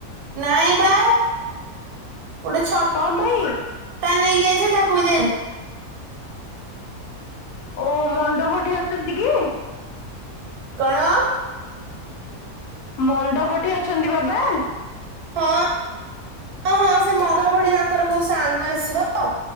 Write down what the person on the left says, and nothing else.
କଣ ପାଇଁ?
ଓ ମଣ୍ଡପଠି ଅଛନ୍ତି କି?
ମଣ୍ଡପ ଠି ଅଛନ୍ତି ବାବା?